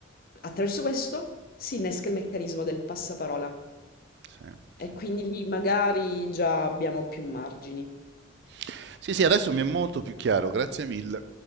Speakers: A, on the left; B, on the right.
A: attraverso questo si innesca il meccanismo del passaparola
B: Sì,
A: e
B: sì.
A: quindi lì magari già abbiamo più margini.
B: Sì, sì, sì, adesso mi è molto più chiaro, grazie mille.